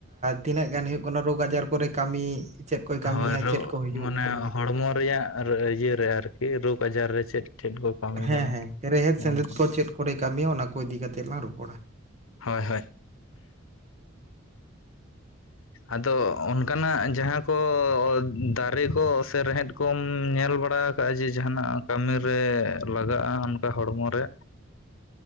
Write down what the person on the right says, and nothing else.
ᱛᱤᱱᱟᱹᱜ ᱜᱟᱱ ᱦᱩᱭᱩᱜ ᱠᱟᱱᱟ, ᱨᱳᱜᱽ ᱟᱡᱟᱨ ᱠᱚᱨᱮ ᱠᱟᱹᱢᱤ ᱪᱮᱫ ᱠᱚᱭ ᱠᱟᱹᱢᱤᱭᱟ
ᱪᱮᱫ ᱠᱚ ᱦᱩᱭᱩᱜ
ᱵᱟᱝ ᱦᱩᱭᱩᱜ
ᱦᱮᱸ
ᱦᱮᱸ ᱨᱮᱦᱮᱫ ᱥᱮᱸᱫᱮᱫ
ᱠᱚ ᱪᱮᱫ ᱠᱚᱨᱮ ᱠᱟᱹᱢᱤᱭᱟ ᱚᱱᱟ ᱠᱚ ᱤᱫᱤ ᱠᱟᱛᱮᱫ ᱞᱟᱝ ᱨᱚᱯᱚᱲᱟ᱾